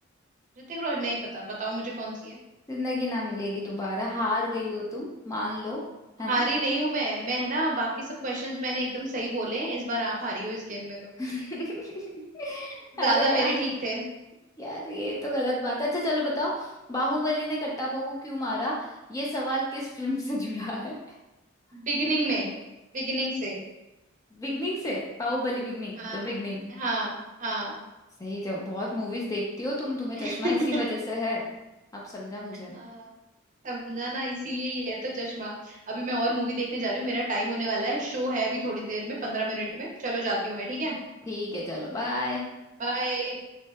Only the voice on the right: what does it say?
ऋतिक रोशन नहीं पता बताओ मुझे कौन सी है
हारी
नहीं हूं मैं मैं है ना बाकी सब क्वेश्चंस मैंने एकदम सही बोले हैं। इस बार आप हारी हो इस गेम में तो
ज्यादा
मेरे ठीक थे
बिगिनिंग में बिगिनिंग से
हाँ
हाँ हाँ
<laughs>
हाँ समझा ना इसीलिए ये है तो चश्मा अभी मैं और मूवी देखने जा रही हूँ मेरा टाइम होने वाला है शो है अभी थोड़ी देर में पंद्रह मिनट में चलो जाती हूँ मैं ठीक है
बाय